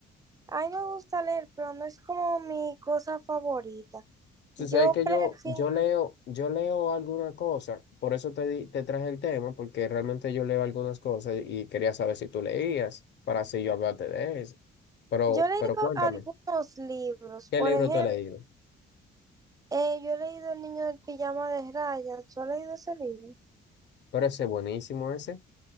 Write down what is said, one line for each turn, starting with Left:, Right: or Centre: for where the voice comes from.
Right: A mí me gusta leer, pero no es como mi cosa favorita.
Left: Sucede
Right: Yo
Left: que
Right: prefiero,
Left: yo, yo leo, yo leo alguna cosa, por eso te, di- te traje el tema, porque realmente yo leo algunas cosas y quería saber si tú leías, para así yo hablarte de eso. Pero,
Right: yo he leído
Left: pero cuéntame,
Right: algunos libros.
Left: ¿qué
Right: Por
Left: libro
Right: ejemplo,
Left: tú has leído?
Right: eh, yo he leído El niño del pijama de rayas. ¿Tú has leído ese libro?
Left: Pero ese es buenísimo ese.